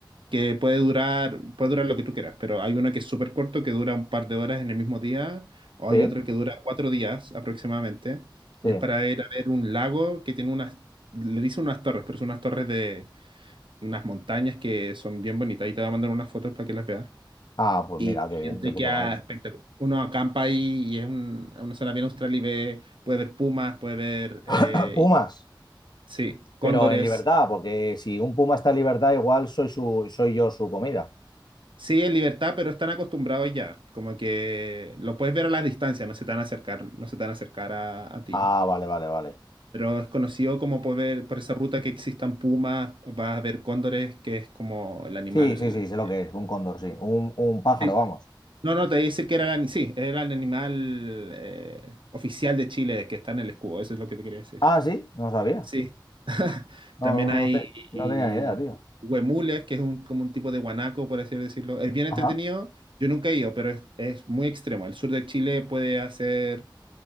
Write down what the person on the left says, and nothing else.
¿Sí?
¿Sí?
Ah, pues
mira, qué bien,
de puta
madre.
<clears throat> Pumas,
pero en libertad, porque si un puma está en libertad, igual soy su, soy yo su comida.
Ah, vale, vale, vale.
Sí, sí, sí, sé lo que es, un cóndor, sí. Un, un pájaro,
vamos.
Ah, sí, no lo sabía.
No,
no,
no te- no
tenía ni idea, tío.
Ajá.